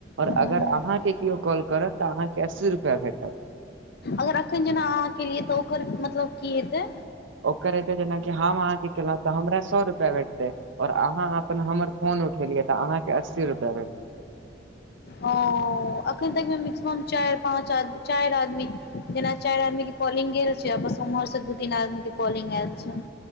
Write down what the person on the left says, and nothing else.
हँ
अगर एखन जेना अहाँ केलियै तऽ ओकर मतलब की हेतै?
ओ अखन तक मिक्सिमम चारि पाँच चारि आदमी जेना चारि आदमी के कॉलिंग गेल छैय आ बस उम्हर से दू तीन आदमी के कॉलिंग आयल छैय।